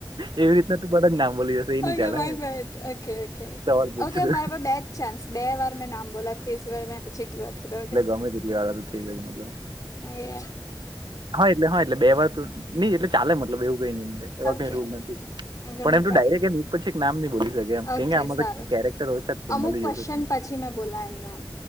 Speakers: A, on the right; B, on the left.
A: એવી રીતના તું બધા જ ના બોલી હશે એ ની
B: ઓકે
A: ચાલે
B: માય બેડ ઓકે ઓકે
A: સવાલ પૂછું
B: ઓકે
A: તો
B: મારા બે જ ચાન્સ બે વાર મેં નામ બોલ્યાં તે સિવાય મે પછી ગીવ વધારયુ કે
A: તમે જેટલી વાર લાગે કે એટલૅ મતલબ
B: હ
A: હા એટલે હા એટલે બે વાર ની એટલે ચાલે મતલબ એવું કઈ ની મલે એવા
B: ઓકે
A: કઈ રૂલ નથી
B: ઓકે
A: પણ
B: મેં
A: એમું
B: ટ્રાય
A: ડાયરેક્ટ એ પછી એક નામ નહી બોલી શકે એમ
B: ઓકે
A: કેમ કે આમા
B: સારું
A: તો કેરેક્ટર ઓછા છે
B: અમુક
A: મળી
B: ક્વેશ્ચન
A: જશે તને
B: પછી મેં બોલા એમના